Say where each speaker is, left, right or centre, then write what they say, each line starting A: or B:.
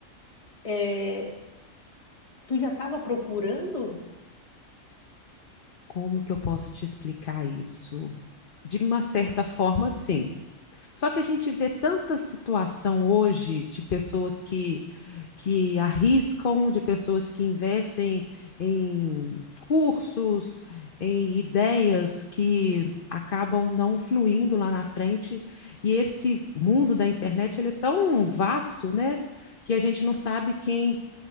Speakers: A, on the left (about 25°); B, on the left (about 45°).
A: é, tu já estava procurando?
B: Como que eu posso te explicar isso? De uma certa forma, sim. Só que a gente vê tanta situação hoje de pessoas que, que arriscam, de pessoas que investem em cursos, em ideias que acabam não fluindo lá na frente. E esse mundo da internet ele é tão vasto, né, que a gente não sabe quem